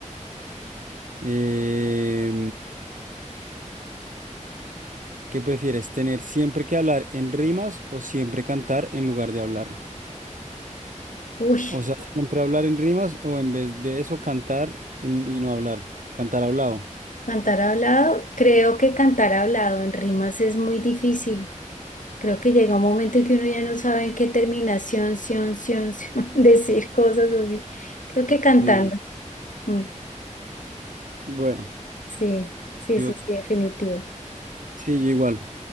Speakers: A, on the right; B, on the left.
A: Eh, ¿Qué prefieres, tener siempre que hablar en rimas o siempre cantar en lugar de hablar?
B: Uy,
A: O sea, siempre hablar en rimas o en vez de eso cantar en- y no hablar, cantar hablado.
B: cantar hablado. Creo que cantar hablado en rimas es muy difícil. Creo que llega un momento en que uno ya no sabe en qué terminación, sion, sion, sion, <laughs> decir cosas así. Creo que cantando.
A: Sí,
B: Mm,
A: Bueno,
B: sí, sí,
A: yo
B: sí, sí, definitivo.
A: sí, yo igual,